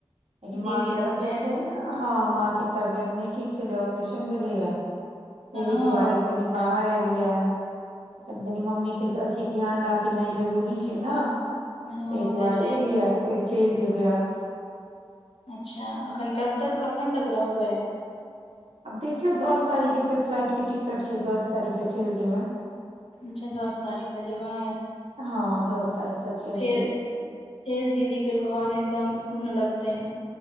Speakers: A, on the right; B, on the left.
A: कनि
B: दीदी
A: माँ के
B: लगमे
A: तबियत नइ हाँ माँ के तबियत नइ ठिक छ्ले ऑपरेशन लेलय तहि
B: हँ
A: दुआरे कनी बाहर ए यै कनी मम्मी के अथी ध्यान राखेनाइ जरूरी छै ना
B: हँ
A: तई
B: ओ
A: दुआरे
B: तऽ छैहे
A: एलियै फेर चलि जेबै आब
B: अच्छह एखन कबतक कखन तक रहबै
A: आब देखियौ दस तारीखके फेर फ्लाइट के टिकट छै दस तारीखके चैल जेबै
B: अच्छा दस तारिख क जैबै
A: हँ दस तारीख तक चलि
B: फेर
A: जेबै
B: फेर दीदी के घर एकदम सुन्न लग तैन